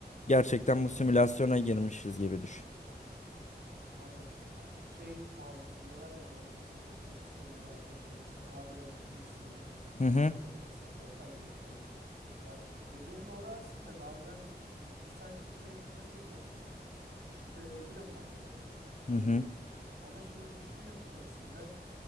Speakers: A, on the left (about 45°); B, on the right (about 70°).
A: Gerçekten
B: Normaliz.
A: bu simülasyona girmişiz gibi düşün.
B: Aynen ya şey muhabbeti diyorlar ya bazı insanları çok stabil bir hayat yaşayan insan aa bu NPC
A: Hı hı.
B: diyorlar yani aslında yapay zeka gibi. Ya dediğin doğru aslında bazen insan şüphe etmiyor değil yani şüphe ediyorum ben bazen
A: Hı
B: oluyor.
A: hı.
B: Ama şimdi düşünüyorum sonrasında